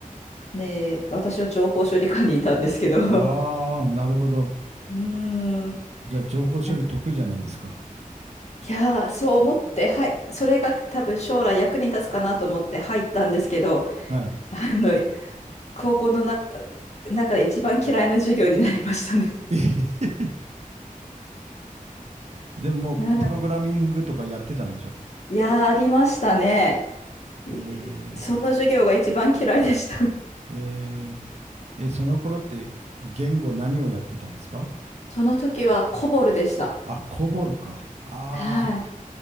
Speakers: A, on the left; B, on the right.
A: ねえ、私は情報処理課にいたんですけど。<laughs>
B: ああ、なるほど。
A: うーん。
B: じゃあ、情報処理得意じゃないですか。
A: <laughs> いやー、そう思って、はい、それが多分将来役に立つかなと思って入ったんですけど、
B: はい。
A: あの、高校の中、中で一番嫌いな授業になりましたね。
B: <laughs> でも、
A: うん
B: プログラミングとかやってたんでしょ
A: <laughs> いやー、ありましたね。い
B: え
A: その授業が一番嫌いでした。
B: ー、えーえ、その頃って言語何をやってたんですか
A: その時はコボルでした。
B: あ、コボルか。ああ、
A: はい。